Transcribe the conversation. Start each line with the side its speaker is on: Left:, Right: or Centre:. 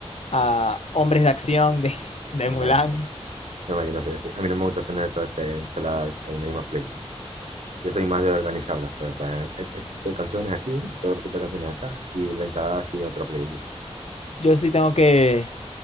Left: a Hombres de Acción de, <laughs> de
Right: No,
Left: Mulan.
Right: no, no, yo no sé decir. A mí no me gusta tener toda esa ensalada en una misma playlist. Yo soy más de organizarlas, pues, o sea, este, este tipo de canciones aquí, este otro tipo de canciones acá, y la ensalada sí, otra playlist.
Left: Yo sí tengo que,